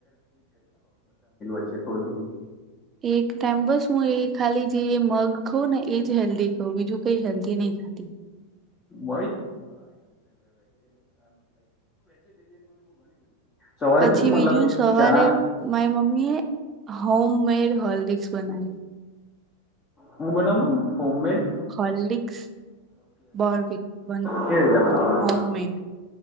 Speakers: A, on the left (about 20°); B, on the right (about 25°).
A: વચ્ચે થોડું થોડું.
B: એક ટાઈમ બસ હું એ ખાલી જે મગ ખઉં ને એજ હેલ્ધી. તો બીજું કઈ હેલ્ધી ન‌ઈ ખાય.
A: <unintelligible> સવારે
B: પછી
A: બી તું મતલબ
B: બીજું સવારે
A: ચણા
B: મારી મમ્મી એ હોમ મેડ હોલીકસ બનાવેલુ.
A: હું બનાવલું હોમ મેડ?
B: હલ્લીક, <unintelligible>
A: કેવી રીતે બનાવલું
B: હોમ મેડ